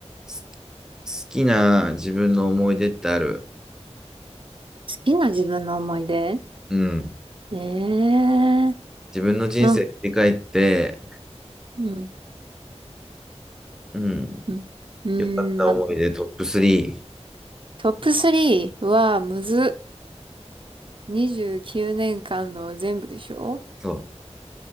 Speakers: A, in the centre; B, on the right.
A: す好きな自分の思い出ってある。
B: きな自分の思い出
A: うん。
B: ええー
A: 自分の人生振り返って、
B: うん、うん、
A: うん。
B: うん。うー
A: 良かった思い出トップ3。
B: ん、まトップ3はむずっ。29年間の全部でしょ
A: そ